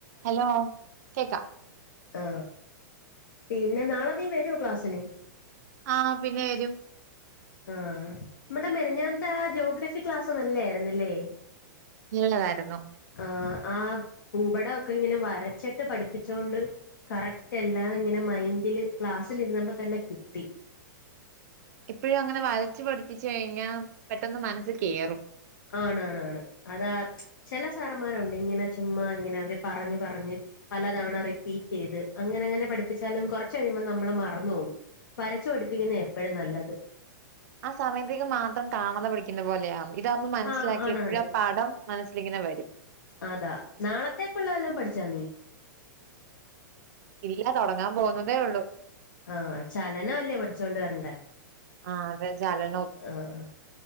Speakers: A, on the right; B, on the left.
A: Hello കേക്കാം
B: ആ പിന്നെ നാളെ നീ വരോ ക്ലാസ്സിന്
A: ആഹ പിന്നെ വരും
B: ആ മിനിഞ്ഞാനത്തെ ആ ജോഗ്രഫി ക്ലാസ് നല്ലായിരുന്നല്ലേ
A: നല്ലതായിരുന്നു
B: ആ ആ ഭൂപടംഒക്കെ ഇങ്ങനെ വരച്ചിട്ട് പഠിപ്പിച്ചൊണ്ട് കറക്റ്റ് എല്ലാം ഇങ്ങനെ മൈന്ഡില് ക്ലാസ്സലിരുന്നപ്പോ തന്നെ കിട്ടി
A: എപ്പോഴും അങ്ങനെ വരച്ചു പഠിപ്പിച്ച് കഴിഞ്ഞാ പെട്ടെന്ന് മനസ്സി കേറും
B: ആണ് ആണ് അതാ ചില സാറന്മാരുണ്ട് ഇങ്ങനെ ചുമ്മാ ഇങ്ങനെ അവര് പറഞ് പറഞ്ഞ് പലതവണ റിപ്പീറ്റ്യ്ത് അങ്ങനെ അങ്ങനെ പഠിപ്പിച്ചാലും കുറച്ച് കഴിയുമ്പോ നമ്മള് മറന്നു പോവും വരച്ചു പടിപ്പിക്കുന്നേ എപ്പോഴും നല്ലത്
A: ആ സമയത്തേക്ക് മാത്രം കാണാത പിഠിക്കുന്ന പോലെയാണ് ഇതാകുമ്പോ മനസ്സിലാക്കി
B: ആഹ് ആണാണ്
A: എപ്പോഴും പാഠം മനസ്സിലിങ്ങനെ വരും
B: അതാ നാളത്തേക്കുള്ള ല്ലാം പഠിച്ചാ നീ
A: ഇല്ല്യ തോടങ്ങാൻ പോകുന്നതേ ഉള്ളൂ
B: ആഹ ചലനംഅല്ലേ പഠിച്ചോണ്ട് വരണ്ടേ
A: ആഹ് അതെ ചലന
B: ആഹ